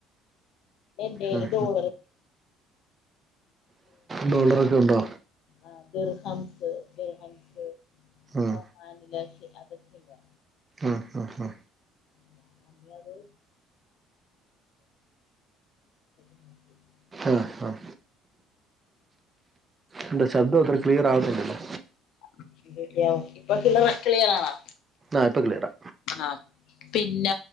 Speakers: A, on the left; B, on the right.
A: പിന്നെ എൻ്റേല്
B: ഉം
A: ഡോളറ്
B: ഡോളറൊക്കെ ഉണ്ടോ
A: ആഹ് ദിർഹംസ് ദിർഹംസ് പിന്നെ
B: ഉം
A: മാനിലാക്ഷി അതെക്കെണ്ട്
B: ആഹ് ആഹ് ആഹ്
A: ഞാൻ അന്നേയത് <unintelligible>
B: ആഹ് ആഹ് എന്താ ശബ്ദം അത്ര ക്ലിയർ ആവത്തിണ്ടല്ലോ
A: <unintelligible> ഇപ്പൊ കിള്ളറ ക്ലിയർ ആണാ
B: ആഹ് ഇപ്പ ക്ലിയറാ
A: ആഹ് പിന്ന